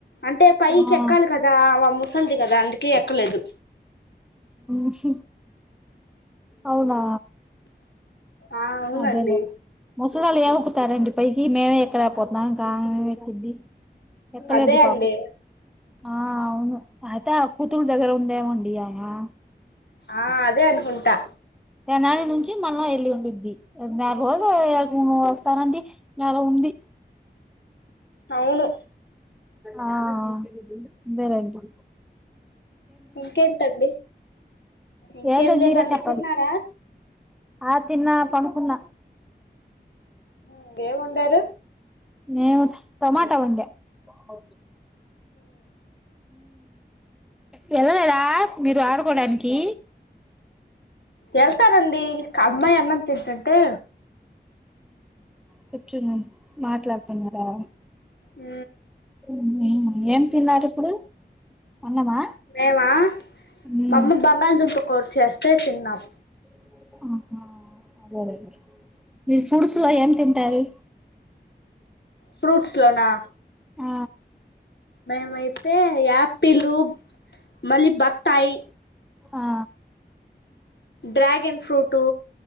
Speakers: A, on the left; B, in the centre.
A: అంటే పైకి
B: ఆ
A: ఎక్కాలి కదా మమ్మ అసది కదా అందుకే ఎక్కలేదు
B: అష అవునా
A: ఆ అవునండి
B: అదేలే ముసులొల్లు ఏం ఎక్కుతారండి పైకి మేమే ఎక్కడకపోతున్నాం ఇంకా ఆమె ఏమి ఎక్కుది ఎక్కలేదు
A: అదే
B: పాప
A: అండి
B: ఆ అవును అయితే కూతురుల దగ్గర ఉందేమండి అమే
A: ఆ అదే అనుకుంటా
B: ఎనాని నుంచి మల్లా వెళ్ళి ఉ ది నెల రోజులు వస్తానండి నెల ఉంది
A: అవును
B: ఆ అతేలెండి
A: ఇంకేంటండి ఇంకేం
B: ఏం లేదు
A: లేదండి
B: మీరే చెప్పాలి
A: తిన్నారా
B: ఆ తిన్నా పడుకున్న
A: ఇంకేం వండారు
B: నేను టమాట వండ ఆమ్ వెళ్ళలేదా మీరు <unintelligible> కొడానికి
A: ఎళ్తనండి అమ్మాయి అన్నం తింటుంటే
B: కూర్చున్న మాట్లాడుతున్నరా
A: ఆ
B: <unintelligible> ఏం తిన్నారు ఇప్పుడు అన్నమా
A: మేమా
B: ఉమ్
A: మా అమ్మ బంగాళదుుంప కూర చేస్తే తిన్నాం
B: <unintelligible> మీరు ఫ్రూట్స్ లో ఏం తింటారు
A: ఫ్రూట్స్ లోనా
B: ఆ
A: మేమ్ అయితే యాప్ ఆపిలు మళ్ళీ బత్తాయి
B: ఆ
A: డ్రాగన్ ఫ్రూటు